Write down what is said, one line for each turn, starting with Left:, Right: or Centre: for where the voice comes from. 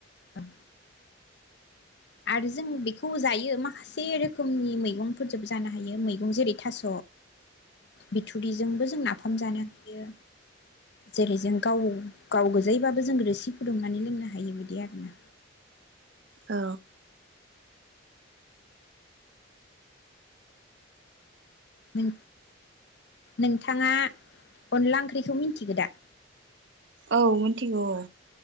Left: ओं आरो जों बेखौ जायो माखासे रोखोमनि मैगंफोरजोबो जानो हायो मैगं जेरै थास' बिथुरिजोंबो जों ना ओंखाम जानो हायो जेरै जों गाव गाव गोजायि बाबो जों रोसि फुदुंनानै लोंनो हायो बिदि आरोना
Right: औ
Left: नों नोंथाङा अनला ओंख्रिखौ मिथिगो दा?
Right: औ मोनथिगौ अ